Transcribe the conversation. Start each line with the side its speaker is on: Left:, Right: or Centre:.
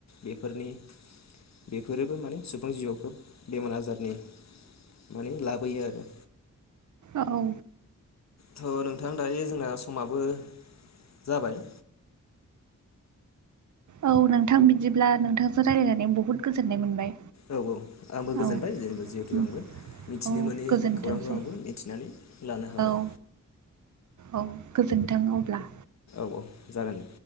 Left: बेफोरनि बेफोरोबो माने सुबुं जिउआव खोब बेमार आजारनि माने लाबोयो आरो।
Right: औ।
Left: थ' नोंथां दायो जोंना समाबो जाबाय।
Right: औ नोंथां बिदिब्ला नोंथांजों रायलायनानै बहुद गोजोननाय मोनबाय।
Left: औ औ आंबो गोजोनबाय
Right: औ
Left: जे जिहेथु
Right: उम
Left: आंबो मिथिनो
Right: औ
Left: मोनै
Right: गोजोनथोंसै
Left: खौरांखौ आंबो मिथिनानै लानो हाबाय।
Right: औ औ गोजोन्थों अब्ला।
Left: औ जागोन दे।